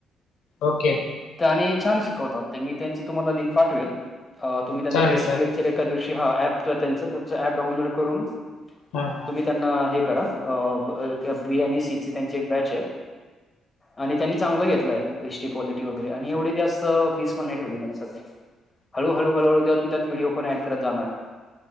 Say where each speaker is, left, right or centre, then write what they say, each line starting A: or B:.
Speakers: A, on the left; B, on the left.
A: ओके.
B: त्या आणि छान शिकवतात ते मी त्याची तुम्हाला लिंक पाठवेल अ तुम्ही त्यांच
A: चालेल
B: बेसिक
A: चालेल
B: लेक्चर एका दिवशी हा ऍप त्यांच त्याचा डाउनलोड करून
A: हां.
B: तुम्ही त्यांना हे करा अ ब अ ते बी आणि सी ची त्यांची एक बॅच आहे आणि त्यांनी चांगलं घेतलंय एस टी पॉलिटी वगैरे आणि एवढी जास्त फीस पण नाही ठेवली त्यांनी स
A: ह
B: हळूहळू हळूहळू अजून त्यात व्हिडिओ पण ऍड करत जाणार.